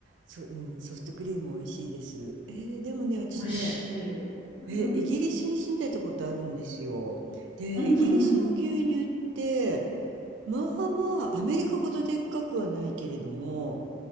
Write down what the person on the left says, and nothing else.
美味しい。うん
うん
うんうんうん。